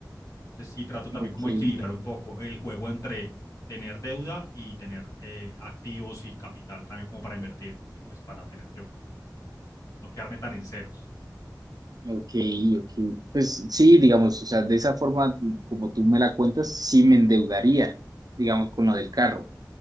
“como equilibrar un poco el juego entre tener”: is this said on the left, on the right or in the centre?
Left